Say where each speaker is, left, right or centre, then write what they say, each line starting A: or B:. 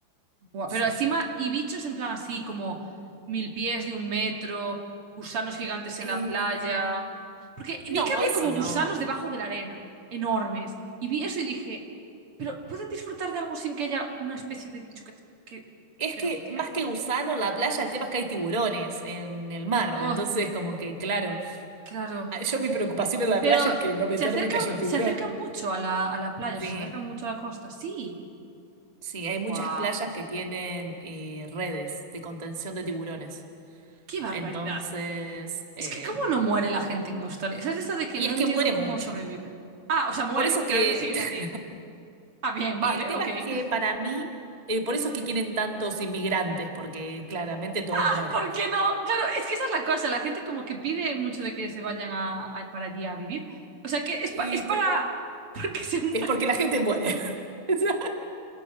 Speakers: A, on the right; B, on the right.
A: Buah,
B: Sí,
A: pero encima,
B: sí.
A: y bichos en plan así como mil pies de un metro, gusanos gigantes
B: Eh,
A: en la playa. Porque
B: no,
A: vi que había
B: eso
A: como gusanos
B: no.
A: debajo de la arena, enormes. Y vi eso y dije, pero ¿pueden disfrutar de algo sin que haya una especie de bicho que, te- que,
B: Es
A: es que
B: que
A: no entiendo?
B: más que gusano en la playa, el tema es que hay tiburones en el mar.
A: Oh,
B: Entonces, como que, claro,
A: claro.
B: ah, yo mi preocupación en la
A: Pero
B: playa es que no meterme
A: se acercan,
B: y que haya un tiburón.
A: se acercan mucho a la, a la playa,
B: Sí,
A: o sea, se acercan mucho a la costa. Sí.
B: sí, hay muchas
A: Guau,
B: playas que tienen eh, redes de contención de tiburones.
A: qué barbaridad.
B: Entonces, eh,
A: Es que ¿cómo no muere la gente en Australia? ¿Sabes eso de que
B: y
A: no
B: es
A: entiendo
B: que muere mucho.
A: cómo sobreviven? Ah, o sea, mueren,
B: Por eso es que
A: pero ellos siguen
B: <laughs>
A: allí. Ah, bien, vale,
B: El tema
A: ok.
B: es que
A: <laughs>
B: para mí, eh, por eso es que quieren tantos inmigrantes, porque claramente todos
A: Ah,
B: mueren.
A: ¿por qué no? Claro, es que esa es la cosa. La gente como que pide mucho de que se vayan a- a- para allí a vivir. O sea, que es,
B: Y
A: pa- es para...
B: por-
A: <laughs> Porque se mueren.
B: es porque la gente muere. <laughs> O sea,